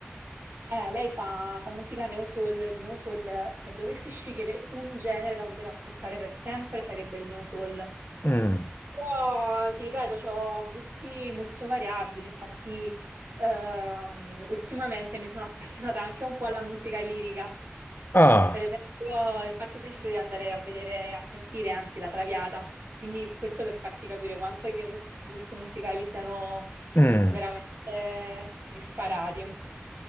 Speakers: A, on the right; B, on the left.
A: Eh, lei fa, fa musica neo soul, il neo soul, eh, se dovessi scegliere un genere da poter ascoltare per sempre, sarebbe il neo soul.
B: Mm.
A: Però, ti ripeto, ho gusti molto variabili, infatti, ehm, ultimamente mi sono appassionata anche un po' alla musica lirica.
B: Ah,
A: Per esempio, infatti ho deciso di andare a vedere, a sentire, anzi, la Traviata. Quindi questo per farti capire quanto i miei mus- gusti musicali siano
B: mm.
A: veramente disparati.